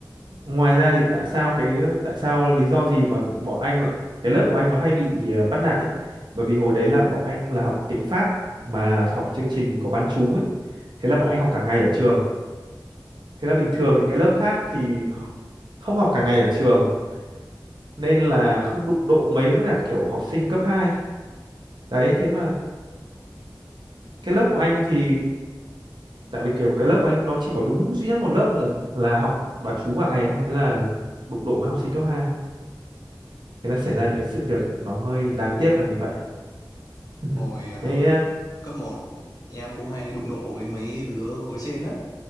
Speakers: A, on the right; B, on the left.
A: ngoài ra thì tại sao cái tại sao lý do gì mà bọn anh lại cái lớp của anh nó hay bị ờ, bắt nạt ấy bởi vì hồi đấy là bọn anh là học tiếng Pháp mà học chương trình có bán trú ấy thế là bọn anh học cả ngày ở trường thế là bình thường những cái lớp khác thì không học cả ngày ở trường nên là không đụng độ mấy với cả kiểu học sinh cấp hai Đấy, thế mà cái lớp của anh thì tại vì kiểu cái lớp của anh nó chỉ có đúng duy nhất một lớp là, là học bán trú cả ngày thôi, thế là đụng độ với học sinh cấp hai Thế là xảy ra những cái sự việc nó hơi đáng tiếc là như vậy. <laughs>
B: hồi ờ,
A: Thế ờ,
B: cấp một em cũng hay đụng độ với mấy đứa khối trên á.